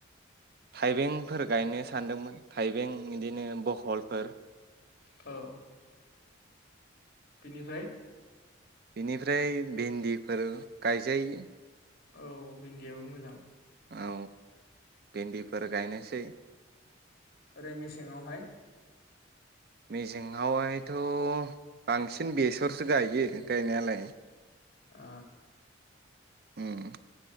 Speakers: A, on the right; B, on the left.
A: थाइबेंफोर गायनो सानदोंमोन थाइबें बिदिनो बहलफोर
B: औ बेनिफ्राय
A: बेनिफ्राय भिन्दिफोर गायजायो
B: औ भिन्दियाबो मोजां
A: औ भिन्दिफोर गायनोसै
B: ओरै मेसेङावहाय
A: मेसेङावहायथ' बांसिन बेसरसो गायो गायनायालाय
B: आ
A: ओम